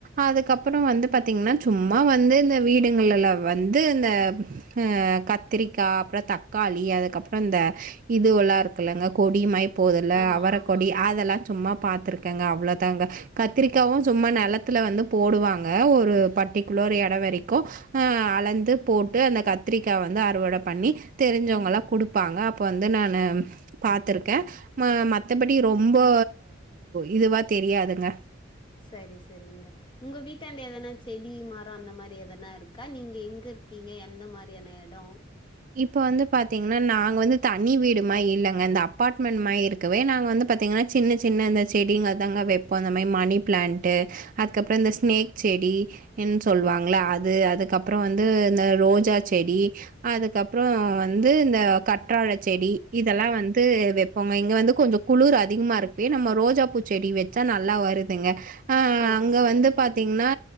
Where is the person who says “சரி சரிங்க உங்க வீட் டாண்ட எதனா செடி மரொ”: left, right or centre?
Left